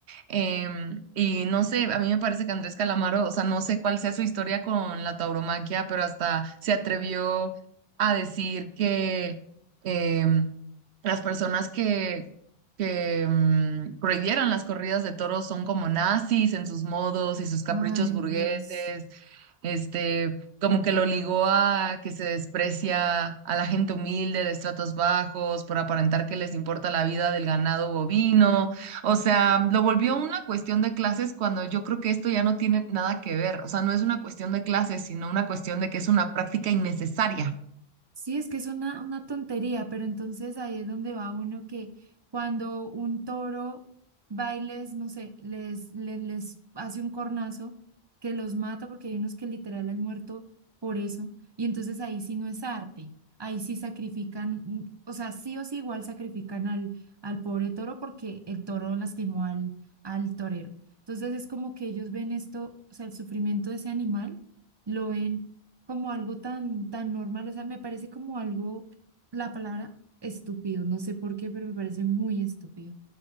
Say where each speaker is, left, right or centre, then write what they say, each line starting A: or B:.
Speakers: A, on the right; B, on the right.
A: Em, y no sé, a mí me parece que Andrés Calamaro, o sea, no sé cuál sea su historia con la tauromaquia, pero hasta se atrevió a decir que, em, las personas que, que mm, prohibieron las corridas de toros son como nazis en sus modos y sus caprichos
B: Ay,
A: burgueses,
B: Dios.
A: este, como que lo ligó a que se desprecia a la gente humilde de estratos bajos por aparentar que les importa la vida del ganado bovino, o sea, lo volvió una cuestión de clases cuando yo creo que esto ya no tiene nada que ver, o sea, no es una cuestión de clases, sino una cuestión de que es una práctica innecesaria.
B: Sí, es que es una, una tontería, pero entonces ahí es donde va uno que cuando un toro bailes, no sé, les, les, les hace un cornazo que los mata porque hay unos que literal han muerto por eso, y entonces ahí sí no es arte, ahí sí sacrifican, mm, o sea, sí o sí igual sacrifican al, al pobre toro porque el toro lastimó al, al torero. Entonces es como que ellos ven esto, o sea, el sufrimiento de ese animal, lo ven como algo tan, tan normal, o sea, me parece como algo, la palabra estúpido, no sé por qué, pero me parece muy estúpido.